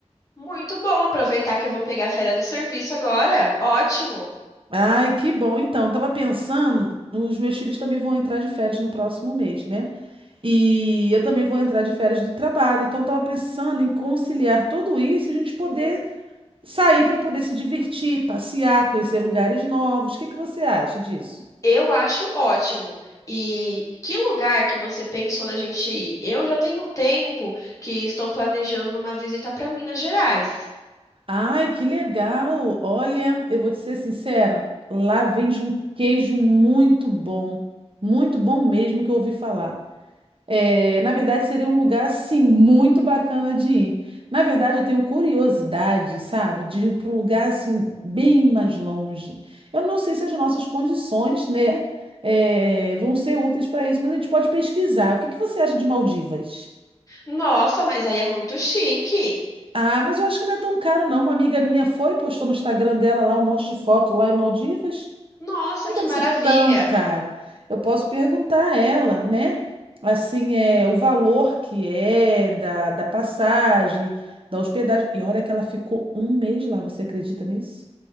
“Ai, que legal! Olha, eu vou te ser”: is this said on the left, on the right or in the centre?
Right